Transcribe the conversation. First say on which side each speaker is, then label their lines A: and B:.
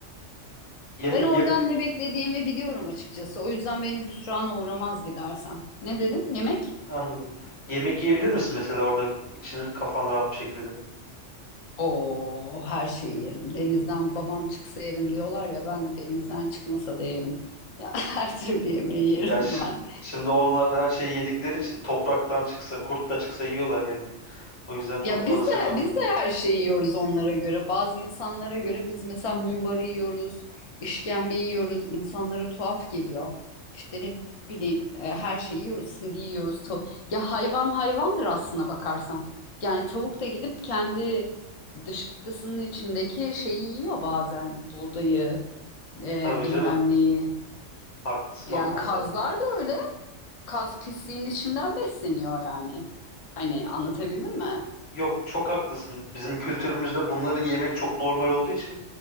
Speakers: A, on the left (about 75°); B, on the left (about 40°).
A: Yeme,
B: Ben oradan
A: yeme,
B: ne beklediğimi biliyorum açıkçası. O yüzden beni hüsrana uğramaz gidersem. Ne dedin? Yemek?
A: anladım. Yemek yiyebilir misin mesela orada için kafan rahat bir şekilde?
B: Oo, her şeyi yerim. Denizden babam çıksa yerim diyorlar ya ben denizden çıkmasa da yerim. Ya <laughs> her türlü yemeği yerim
A: Ya ş-
B: ben.
A: şimdi onlar her şeyi yedikleri için topraktan çıksa kurt da çıksa yiyorlar yani. O yüzden çok
B: Ya
A: fazla
B: biz
A: şey
B: de
A: yapamıyorum.
B: biz de her şeyi yiyoruz onlara göre. Bazı insanlara göre biz mesela mumbarı yiyoruz, işkembe yiyoruz. İnsanlara tuhaf geliyor. İşte ne bileyim e, her şeyi yiyoruz, hindi yiyoruz. tav- Ya hayvan hayvandır aslına bakarsan. Yani tavuk da gidip kendi dışkısının içindeki şeyi yiyor bazen. Buğdayı, e,
A: Tabii
B: bilmem
A: canım
B: neyi.
A: haklısın
B: Yani
A: o konuda.
B: kazlar da öyle. Kaz pisliğin içinden besleniyor yani. Hani anlatabildim mi?
A: Yok çok haklısın. Bizim kültürümüzde bunları yemek çok normal olduğu için